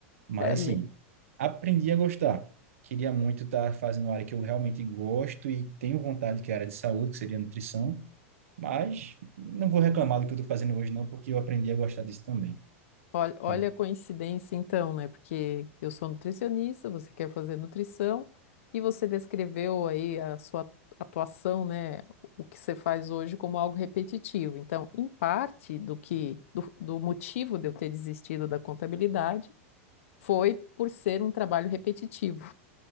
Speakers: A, on the right; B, on the left.
A: Mas
B: É,
A: assim, aprendi a gostar. Queria muito estar fazendo uma área que eu realmente gosto e tenho vontade, que é a área de saúde, que seria a nutrição. Mas não vou reclamar do que eu estou fazendo hoje, não, porque eu aprendi a gostar disso também.
B: Olha, olha
A: Mas
B: a coincidência então, né? Porque eu sou nutricionista, você quer fazer nutrição e você descreveu aí a sua atuação, né? O que você faz hoje como algo repetitivo. Então, em parte do que do, do motivo de eu ter desistido da contabilidade foi por ser um trabalho repetitivo.